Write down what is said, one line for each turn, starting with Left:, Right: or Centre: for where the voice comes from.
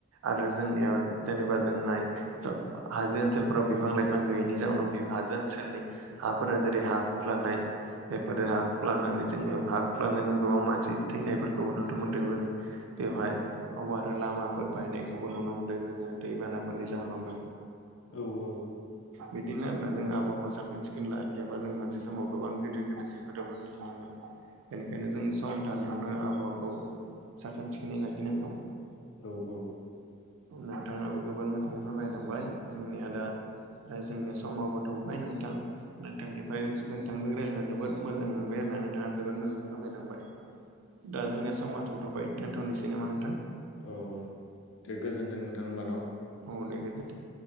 Right: आरो जोंनिया जेनेबा जों नाय हाजो ओनसोलफोराव बिफां लाइफां बिफां गैयैनि जाउनाव बि हाजो ओनसोलनि हाफोरा जेरै हा खुख्लानाय बेफोरो हा लानानै जोङो हा खुरख्लानानै गोबां मानसि थैनायफोरखौबो नुनो मोनदों जोङो बेवहाय। अबबा आरो लामाफोर बायनायखौबो नुनो मोन्दों जोङो दैबानाफोरनि जाहोनावबो।
Left: औ औ।
Right: बिदिनो आरोना जों आबावा साखोन सिखोन लाायखियाबा जों मोनसे समाव गोबां गदिर गिदिर खैफोदाव गोग्लैहैनांगोन। बेनिखायनो जों सम थानायावनो आबहावाखौ साखोन सिखोनै लाखिनांगौ।
Left: औ औ
Right: नोंथाङाबो गोबां मोजांयै फोरयमायलांबाय जोंनिआ दा आरो जोंनिया समावाबो थौबाय नोंथां नोंथांनिफ्राय नोंथांजों रायलायना जोबोद मोजां मोनबाय आरो ना नोंथाङा जोबोद मोजाङै फोरलायलांबाय दा जोंनिया समा थ'थ'बाय दोनथ'नोसै नामा नोंथां
Left: औ दे गोजोन्थों नोंथां होनबा न'
Right: औ दे गोजोन्थों।